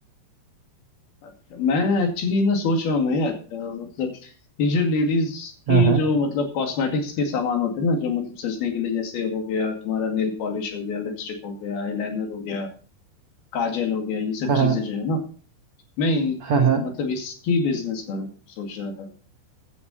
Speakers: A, on the left; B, on the right.
A: अच्छा। मैं एक्चुअली ना सोच रहा हूँ ना यार अ, मतलब ये जो लेडीज की
B: हाँ हाँ
A: जो मतलब कॉस्मेटिक्स के सामान होते हैं ना जो मतलब सजने के लिए जैसे हो गया तुम्हारा नेल पॉलिश हो गया लिपस्टिक हो गया आईलाइनर हो गया काजल हो गया ये सब
B: हाँ
A: चीजें
B: हाँ
A: जो है ना मैं इन,
B: हाँ
A: इ-
B: हाँ
A: मतलब इसकी बिजनेस करूँ सोच रहा था